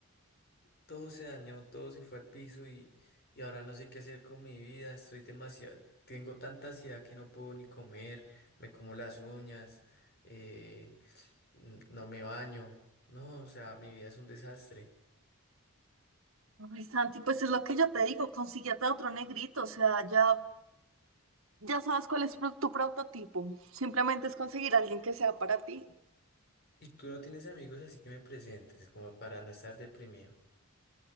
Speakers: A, on the left; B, on the right.
A: Todo se dañó, todo se fue al piso y, y ahora no sé qué hacer con mi vida. Estoy demasiado, tengo tanta ansiedad que no puedo ni comer, me como las uñas, eh, n- no me baño. No, o sea, mi vida es un desastre.
B: Ay, Santi, pues es lo que yo te digo, consíguete a otro negrito, o sea, ya, ya sabes cuál es pro- tu prototipo. Simplemente es conseguir a alguien que sea para ti.
A: Y tú no tienes amigos, así que me presentes, como para no estar deprimido.